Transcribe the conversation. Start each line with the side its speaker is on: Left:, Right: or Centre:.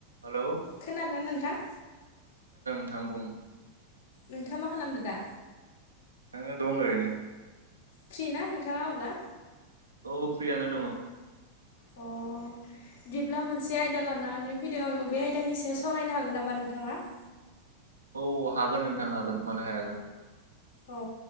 Right: हेलौ
Left: खोनादो नोंथां?
Right: ओं बुं
Left: नोंथाङा मा खालामदो दा?
Right: आङो दं ओरैनो
Left: फ्रि ना नोंथाङा अब्ला?
Right: औ फ्रियानो दङ'
Left: अ बिदिब्ला मोनसे आयदा लानानै फैदों आङो बे आयदानि सायाव सावरायनो हागोन नामा नोंथाङा? <inaudible>
Right: औ हागोन नोंथां हागोन मानो हाया जानो।
Left: औ